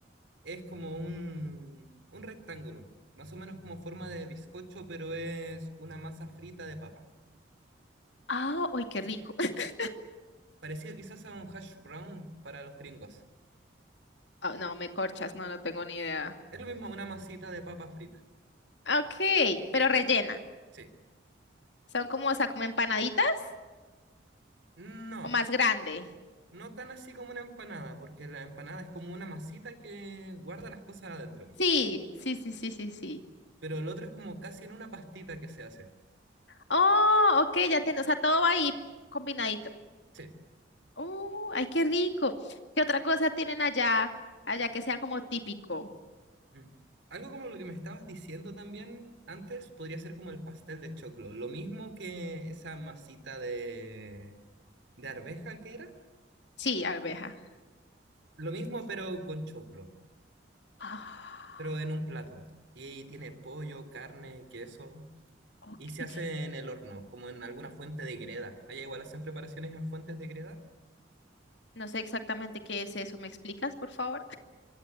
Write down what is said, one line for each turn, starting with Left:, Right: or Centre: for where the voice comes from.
Right: Es como un, un rectángulo, más o menos como forma de bizcocho, pero es una masa frita de papa.
Left: Ah, uy, qué rico. <laughs>
Right: Parecido quizás a un hash brown para los gringos.
Left: Ah, no, me corchas, no, no tengo ni idea.
Right: Es lo mismo una masita de papa frita.
Left: Ok, pero rellena.
Right: Sí.
Left: Son como, o sea, como empanaditas
Right: No,
Left: o más grande.
Right: no tan así como una empanada, porque la empanada es como una masita que guarda las cosas adentro.
Left: Sí, sí, sí, sí, sí, sí.
Right: Pero el otro es como casi en una pastita que se hace.
Left: Oh, ok, ya entiendo. O sea, todo va ahí combinadito.
Right: Sí.
Left: Oh, ay, qué rico. ¿Qué otra cosa tienen allá, allá que sea como típico?
Right: Mm. Algo como lo que me estabas diciendo también antes podría ser como el pastel de choclo. Lo mismo que esa masita de de arveja que era,
Left: Sí, arveja.
Right: lo mismo pero con choclo,
Left: Ah,
Right: pero en un plato. Y tiene pollo, carne, queso,
Left: ok.
Right: y se hace en el horno, como en alguna fuente de greda. Allá igual hacen preparaciones en fuentes de greda.
Left: No sé exactamente qué es eso. ¿Me explicas, por favor?